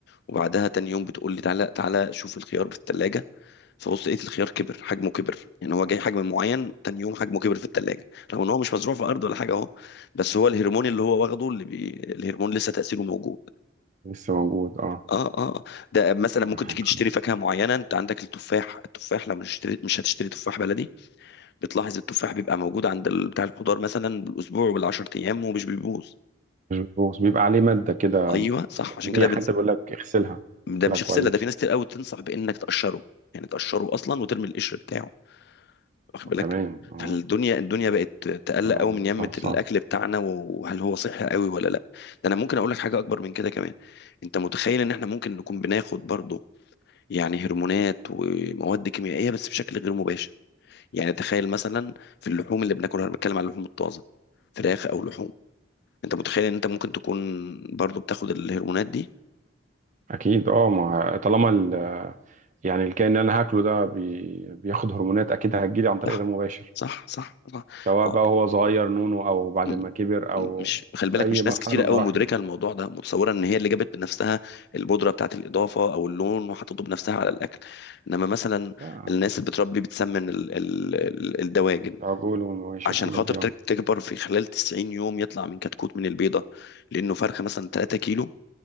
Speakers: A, on the left; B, on the right.
A: وبعدها تاني يوم بتقول لي تعالى تعالى شوف الخيار في الثلاجه فبص لقيت الخيار كبر حجمه كبر يعني هو جاي حجم معين تاني يوم حجمه كبر في التلاجة رغم ان هو مش مزروع في ارض ولا حاجه اهو بس هو الهرمون اللي هو واخده اللي بي... الهرمون لسه تاثيره موجود
B: لسه موجود اه
A: اه اه ده مثلا ممكن
B: حاجة
A: تيجي
B: خفيفة.
A: تشتري فاكهه معينه انت عندك التفاح التفاح لما مش هتشتري مش هتشتري تفاح بلدي بتلاحظ التفاح بيبقى موجود عند ال- بتاع الخضار مثلا بالاسبوع وبالعشر ايام ومش بيبوظ
B: مظبوط بيبقى عليه ماده كده
A: ايوه صح عشان
B: مهميه
A: كده بنص...
B: حتى بيقول لك اغسلها
A: ده
B: اغسلها
A: مش
B: كويس
A: غسله ده في ناس كتير قوي تنصح بانك تقشره يعني تقشره اصلا وترمي القشر بتاعه واخد
B: وكمان
A: بالك
B: اه
A: فالدنيا الدنيا بقت تقلق
B: آه،
A: قوي من يمة
B: ده
A: الاكل
B: صح
A: بتاعنا وهل هو صحي قوي ولا لا ده انا ممكن اقول لك حاجه اكبر من كده كمان انت متخيل ان احنا ممكن نكون بناخد برضه يعني هرمونات ومواد كيميائيه بس بشكل غير مباشر يعني تخيل مثلا في اللحوم اللي بناكلها انا بتكلم على اللحوم الطازه فراخ او لحوم انت متخيل ان انت ممكن تكون برضه بتاخد الهرمونات دي
B: اكيد اه ما طالما ال يعني الكائن اللي انا هاكله ده بي بياخد هرمونات اكيد هتجيلي عن طريق
A: صح
B: غير مباشر
A: صح صح
B: سواء
A: صح
B: بقى هو صغير نونو او بعد
A: م-
B: ما كبر او
A: مش خلي بالك
B: في اي
A: مش
B: مرحله
A: ناس كتيرة
B: من
A: قوي
B: مراحله
A: مدركة الموضوع ده متصورة ان هي اللي جابت بنفسها البودرة بتاعت الإضافة او اللون وحطته بنفسها على الأكل انما مثلا
B: لا
A: الناس اللي بتربي بتسمن ال ال ال- الدواجن
B: العجول والمواشي
A: عشان
B: والحاجات
A: خاطر
B: دي
A: تك-
B: اه
A: تكبر في خلال 90 يوم يطلع من كتكوت من البيضة لأنه فرخة مثلا 3 كيلو